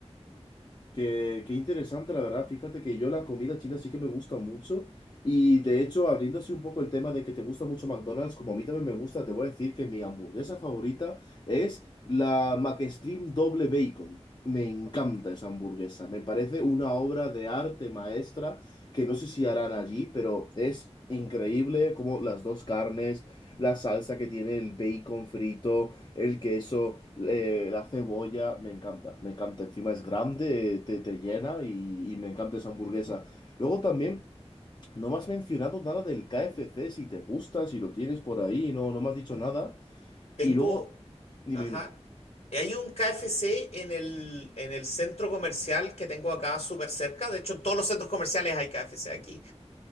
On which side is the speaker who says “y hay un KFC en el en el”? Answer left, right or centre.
Left